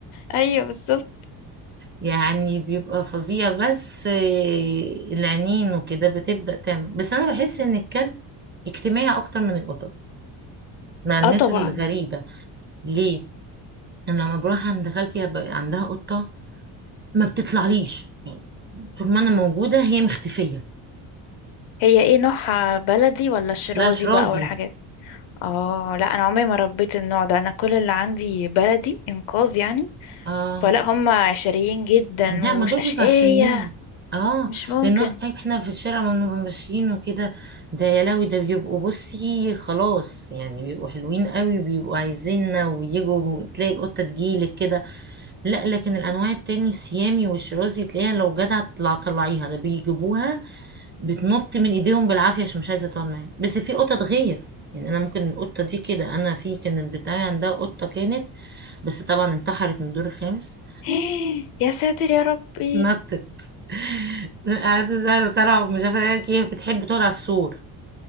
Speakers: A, on the left; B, on the right.
A: ايوه بالظبط
B: يعني بيبقى فظيع بس آه، العينين وكده بتبدأ تعمل بس انا بحس ان الكلب اجتماعي اكتر من القطط مع الناس
A: اه طبعا
B: الغريبة ليه انا لما بروح عند خالتي ب- عندها قطة ما بتطلعليش طول ما انا موجودة هي مختفية
A: هي ايه نوعها بلدي ولا شيرازي
B: لا شرازي
A: بقى والحاجات اه لا انا عمري ما ربيت النوع ده انا كل اللي عندي بلدي انقاذ يعني
B: اه
A: فلا هم عشريين جدا
B: لا
A: واشقية
B: ما دول بيبقوا عشريين اه
A: مش ممكن
B: لان احنا في الشارع لما بنبقى ماشيين وكده ده يا لهوي ده بيبقوا بصي خلاص يعني بيبقوا حلوين قوي بيبقوا عايزيننا ويجوا تلاقي القطة تجيلك كده لا لكن الانواع التاني السيامي والشرازي تلاقيها لو جدع تطلع طلعيها ده بيجيبوها بتنط من ايديهم بالعافية عشان مش عايزة تقعد معاهم بس في قطط غير يعني انا ممكن القطة دي كده انا في كانت بتاعي عندها قطة كانت بس طبعا انتحرت من الدور الخامس
A: <gasps> يا ساتر يا ربي
B: نطت <laughs> قعدت سهل وطلعوا مش عارفة ايه هي بتحب تقعد على السور